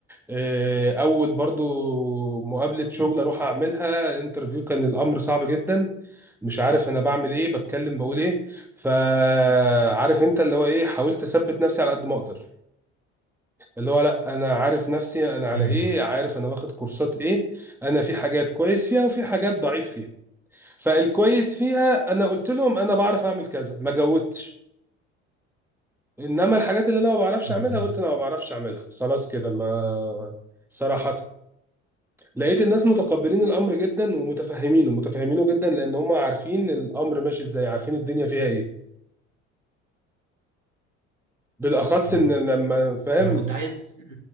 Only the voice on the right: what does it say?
مم.
مم.
مم.
أنا كنت عايز